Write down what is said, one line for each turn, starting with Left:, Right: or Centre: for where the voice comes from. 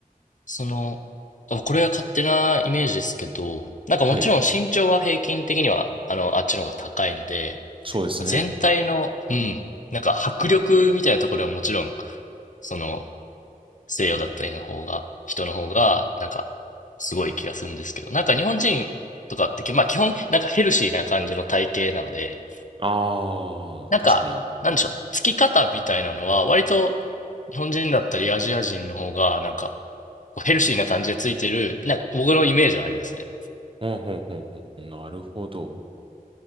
Left: その、あこれは勝手なイメージですけど、なんかもちろん身長は平均的には、
Right: はい。
Left: あの、あっちの方が高いので、
Right: そうですね。
Left: 全体の、うん、なんか迫力みたいなところはもちろん、その、西洋だったりの方が、人の方が、なんか、すごい気がするんですけど、なんか日本人とかって、まあ基本、なんかヘルシーな感じの体型なので、
Right: ああ、
Left: なんか、
Right: 確かに。
Left: なんでしょう、つき方みたいなのは、割と日本人だったりアジア人の方が、なんか、こうヘルシーな感じでついてる、なんか僕のイメージはありますね。
Right: うんうんうんうん。なるほど。